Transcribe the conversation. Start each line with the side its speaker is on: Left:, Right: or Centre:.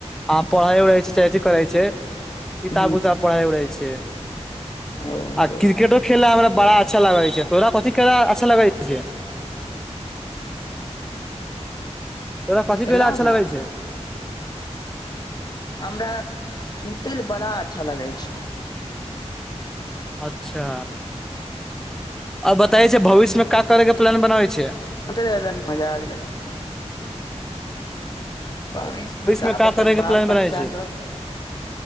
Centre: आ पढ़ई उढ़ छैथ करै छय किताब
Left: ह
Centre: उताब पढ़ै उ रहै छ
Left: ओहो
Centre: आ क्रिकेटो खेला हमरा बड़ा अच्छा लागै छै तोरा कथी खेला अच्छा लगे छय तोरा कथि
Left: खेलउ
Centre: कहहिले अच्छा
Left: ने
Centre: लगै छय
Left: हमरा सुतय लऽ बड़ा अच्छा लगै छै
Centre: अच्छा आ बताय छै भविष्य मे क करे के प्लान बनाबै छियै
Left: क मजा आगै भविष्य में क
Centre: मे का
Left: बतल
Centre: करे के
Left: बाल
Centre: प्लान
Left: बच्चा
Centre: बनाबै छै
Left: सब